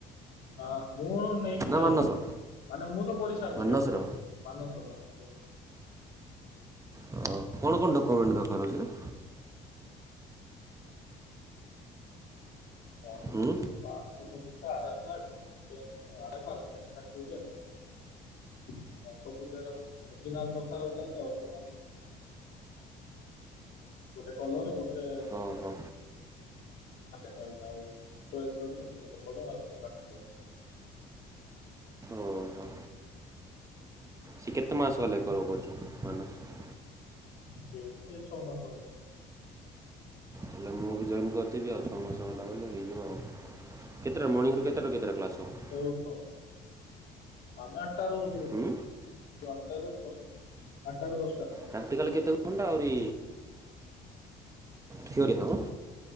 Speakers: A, on the left; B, on the right.
A: ନା, ମୁଁ ନେଇକି
B: ନା
A: ଯାଇଥିଲି।
B: ମାନସର
A: ମାନେ ମୁଁ ତ କରିସାରିଛି
B: ମାନସର
A: କେବେଠୁ। ମାନସ ର ମାନସ ର
B: ଅ କଣ କଣ ଡକ୍ୟୁମେଣ୍ଟ ଦରକାର ଅଛିରେ?
A: କଣ ଦରକାର
B: ହୁଁ
A: ହଉଛି, ପାସପୋର୍ଟ <unintelligible> ଦିଟା, ଆଧାର କାର୍ଡ, ଏ ଆ ଆଧାର କାର୍ଡ, ପେନ ସାର୍ଟିଫିକେଟ। ଆ ସବୁ ଜେରକ୍ସ। ଅରଜିନାଲ ଦରକାର ହଉଥିଲା ତ ଅରଜିନାଲ। <inaudible> ଗୋଟେ କଲର ଗୋଟେ
B: ଓହୋ
A: <inaudible>
B: ଓ ହୋ। ସେ କେତେ ମାସ ହେଲା କର କହୁଛି ମାନସ।
A: ଯିଏ ବି ସେଇ ଛଅ ମାସ ହେଲା।
B: ହେଲେ ମୁଁ ବି ଜଏନ୍ କରିଦେବି ଆଉ ଛଅ ମାସ ହେଲା ବ ହେଇଯିବ ଆଉ କେତେଟା ମର୍ଣିଙ୍ଗରୁ କେତଟାରୁ କେତଟା କ୍ଲାସ ହେବ?
A: ମୁଁଉ ତ ଆମେ ଆଠଟା ହଉଥିବୁ।
B: ହୁଁ।
A: ଆଠଟାରୁ ଦଶଟା ଆଠଟାରୁ ଦଶଟା।
B: ପ୍ରାକ୍ଟିକାଲ କେତେ ଘଣ୍ଟା ଆହୁରି ଥିଓରୀ ହେବ?